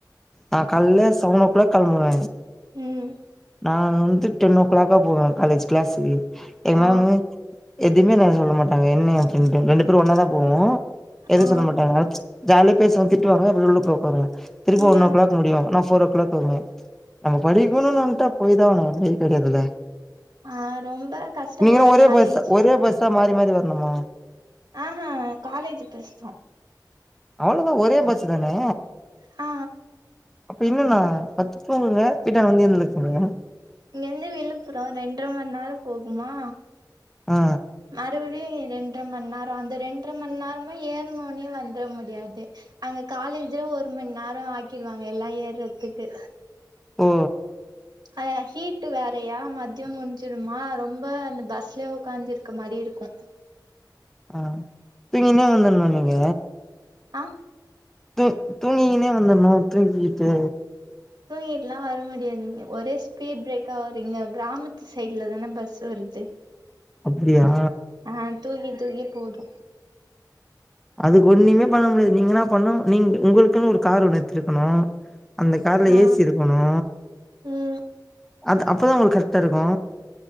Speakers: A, in the centre; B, on the right (about 70°).
A: நா கால்ல செவன் ஓ கிளாக் கெளம்புவ
B: ம்
A: நாங்க வந்து டென்னோ கிளாக்கா போவே காலேஜ் கிளாஸ்க்கு எ மேமு
B: ஆ
A: எதுமே என்ன சொல்ல மாட்டாங்க என்ன அப்டின்ட்டு ரெண்டு பேரு ஒன்னாதா போவோ எதூ
B: ஆ
A: சொல்லமாட்டாங்க ஜாலியே பேஸ்வ திட்டுவாங்க அப்டி உள்ள போய் உக்காருவோ திருபு
B: இங்க
A: ஒன்னோ கிளாக் முடியு ஆனா ஃபோரோகிளாக் போதுமே நம்மோ படிக்குணுனுன் ட்டா போய்தா ஆகுணு நீ கெடையாதுல
B: ஆ ரொம்ப கஷ்டப்படுற
A: நீங்குளா ஒரே
B: மாரி
A: பஸ்ஸா
B: இருந்துச்சு
A: ஒரே பஸ் தா மாரி மாரி வர்ணுமா
B: ஆ ஹ காலேஜு பஸ்தா
A: அவ்ளதா ஒரே பஸ்ஸு தானே
B: ஆ
A: இப்ப என்னனா பட்த்து தூங்குங்க கிட்ட வந்து எழுப்புங்க
B: இங்கிர்ந்து விழுப்புரோ ரெண்ட்ர மண் நேரோ போகுமா
A: ஆ
B: மறுபுடியு ரெண்ட்ர மண்நேரோ அந்த ரெண்ட்ர மண்நேரமு ஏற்னோனே வந்துர முடியாது அங்க காலேஜே ஒரு மண்நேரோ ஆக்கிருவாங்க எல்லா ஏர்றதுக்கு
A: ஓ
B: கொஞ்சோ ஹீட்டு் வேறையா மத்யோ முன்ச்சுருமா ரொம்ப அந்த பஸ்லே உக்காந்திருக்க மாரி இருக்கு
A: அ தூங்கின்னே வந்துர்ணு நீங்க
B: ஆ
A: தூ தூங்கிகினே வந்துர்ணு தூங்கிகிட்டு
B: தூங்கிட்டுலா வர முடியாதுங்க ஒரே ஸ்பீட் பிரேக்காக வரு இங்க கிராமத்து சைடுல தான பஸ்ஸூ வருது
A: அப்டியா
B: ஆ தூக்கி தூக்கி போடு
A: அதுக்கு ஒன்னிமே பண்ண முடியாது நீங்கனா பண்ணு நீங் உங்குளுக்குனு ஒரு கார் ஒன்னு எட்த்துடு குணு அந்த கார்ல
B: ஆ
A: ஏசி இருக்கணு
B: ம்
A: அத அப்போதா உங்குளுக் கருட்டா இருக்கு